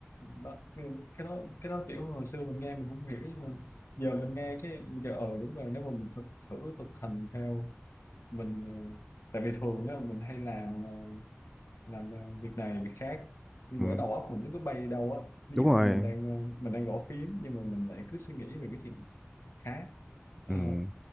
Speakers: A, on the left; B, in the centre.
A: đó nhưng cái đó cái đó kiểu hồi xưa mình nghe mình không hiểu nhưng mà giờ mình nghe cái giờ ờ đúng rồi nếu mà mình thực thử thực hành theo mình ờ, tại vì thường á mình hay làm ờ, làm ờ, việc này việc khác nhưng
B: ừ,
A: mà cái đầu óc mình nó cứ bay đâu á ví
B: đúng
A: dụ
B: rồi
A: như mình đang ờ, mình đang gõ phím nhưng mà mình lại cứ suy nghĩ về cái chuyện khác
B: ừ,
A: Ờ,